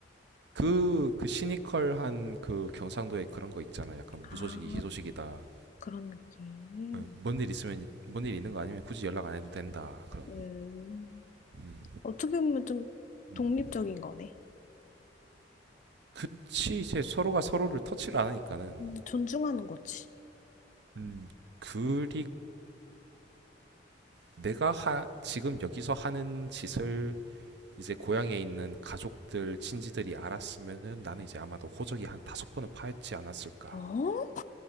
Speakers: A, on the right; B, on the left.
A: 그, 그 시니컬한 그 경상도에 그런 거 있잖아. 약간
B: 아,
A: 무소식이 희소식이다.
B: 그런 느낌.
A: 어, 뭔일 있으면, 뭔 일 있는 거 아니면 굳이 연락 안 해도 된다. 그런.
B: 음,
A: 음.
B: 어떻게 보면 좀
A: 음.
B: 독립적인 거네.
A: 그치. 이제 서로가 서로를 터치를 안 하니까는.
B: 음, 존중하는 거지.
A: 음. 그리고 내가 하, 지금 여기서 하는 짓을 이제 고향에 있는 가족들, 친지들이 알았으면은 나는 이제 아마도 호적이 한 다섯 번은 파헤치지 않았을까.
B: 어?